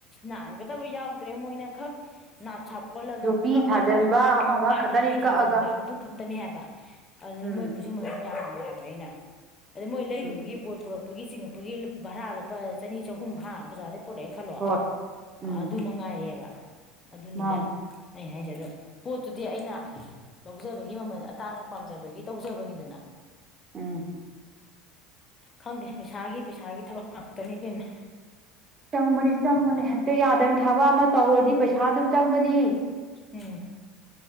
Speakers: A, on the left; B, on the right.
A: ꯅꯥꯟꯒꯗꯕ ꯌꯥꯎꯗ꯭ꯔꯦ ꯃꯣꯏꯅ ꯈꯛ ꯅꯥꯠ ꯁꯥ ꯑꯣꯂꯒ
B: ꯌꯣꯄꯤ
A: ꯀꯛꯑꯒ
B: ꯊꯥꯖꯤꯟꯕ
A: ꯑꯥ
B: ꯑꯃ ꯑꯃ ꯈꯛꯇꯅꯤ
A: ꯌꯣꯄꯤ
B: ꯀꯛꯑꯒ
A: ꯊꯥꯖꯤꯟꯕ ꯑꯗꯨ ꯈꯛꯇꯅꯦ ꯍꯥꯏꯕ ꯑꯗꯨꯗ
B: ꯎꯝ
A: ꯃꯣꯏ ꯈꯨꯠꯁꯨꯃꯟꯁꯨ ꯌꯥꯝ ꯑꯩꯅ ꯑꯗ ꯃꯣꯏ ꯂꯩꯔꯕꯒꯤ
B: ꯎꯝ
A: ꯕꯣꯜ ꯄꯨꯔꯛ ꯂꯣꯏꯕꯒꯤ ꯆꯤꯡꯉꯛꯄꯒꯤ ꯚꯔꯥ ꯂꯨꯄꯥ ꯆꯅꯤ ꯆꯍꯨꯝ ꯍꯥꯥ ꯕꯖꯥꯔꯗ ꯄꯨꯔꯛꯑꯦ ꯈꯜꯂꯣ
B: ꯍꯣꯏ ꯎꯝ
A: ꯑꯗꯨꯃ ꯉꯥꯏꯔꯦꯕ ꯑꯗꯨꯅꯤꯗ
B: ꯃꯥꯅꯤ
A: ꯑꯩ ꯍꯥꯏꯖꯦ <unintelligible> ꯄꯣꯠꯇꯨꯗꯤ ꯑꯩꯅ ꯂꯧꯖꯕꯒꯤ ꯃꯃꯜ ꯑꯇꯥꯡꯕ ꯄꯥꯝꯖꯕꯒꯤ ꯇꯧꯖꯕꯅꯤꯗꯅ
B: ꯎꯝ
A: ꯈꯪꯗꯦ ꯄꯩꯁꯥꯒꯤ ꯄꯩꯁꯥꯒꯤ ꯊꯕꯛ ꯉꯥꯛꯇꯅꯤ ꯢꯕꯦꯝꯃ
B: ꯆꯪꯕꯅꯤ ꯆꯪꯕꯅꯤ ꯍꯦꯛꯇ ꯌꯥꯗꯅ ꯊꯕꯛ ꯑꯃ ꯇꯧꯔꯨꯔꯗꯤ ꯄꯩꯁꯥ ꯑꯗꯨꯝ ꯆꯪꯕꯅꯤ
A: ꯎꯝ